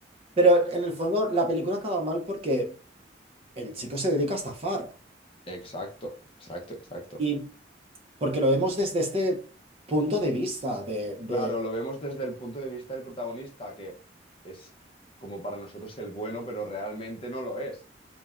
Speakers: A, on the right; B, on the left.
A: Pero en el fondo, la película acaba mal porque el chico se dedica a estafar
B: Exacto, exacto, exacto.
A: y porque lo vemos desde este punto de vista de, de-
B: Claro, lo vemos desde el punto de vista del protagonista, que es como para nosotros el bueno, pero realmente no lo es.